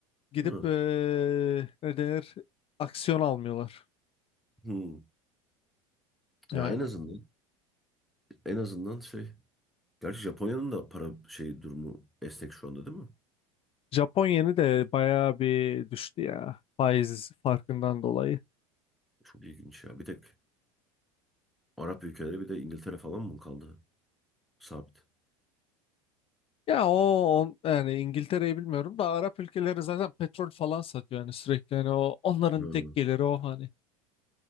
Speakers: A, on the left; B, in the centre.
A: gidip
B: Ha.
A: e, ne denir aksiyon almıyorlar.
B: Hmm.
A: Yani
B: Ya en azından en azından şey. Gerçi Japonya'nın da para şey durumu esnek şu anda değil mi?
A: Japon yeni de bayağı bir düştü ya faiz farkından dolayı.
B: Çok ilginç ya. Bir tek Arap ülkeleri bir de İngiltere falan mı kaldı? Sabit.
A: Ya o on, yani İngiltere'yi bilmiyorum da Arap ülkeleri zaten petrol falan satıyor yani sürekli yani o onların
B: Hı.
A: tek geliri o hani.